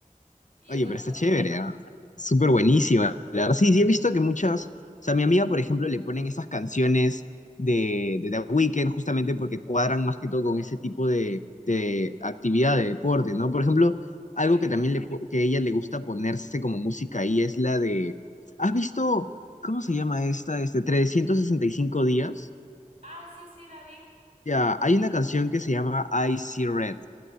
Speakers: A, on the right; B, on the left.
A: y
B: oye,
A: esas
B: pero
A: cosas.
B: está chévere, ¿ah? Súper buenísima. la verdad. Sí, sí, he visto que muchas, o sea, mi amiga, por ejemplo, le ponen esas canciones de, de The Weeknd justamente porque cuadran más que todo con ese tipo de, de actividad, de deporte, ¿no? Por ejemplo, algo
A: Sí.
B: que también le, po- que a ella le gusta ponerse como música ahí es la de, ¿has visto, cómo se llama esta, este, 365 días?
A: Ah, sí, sí, la vi.
B: Ya, hay una canción que se llama I See Red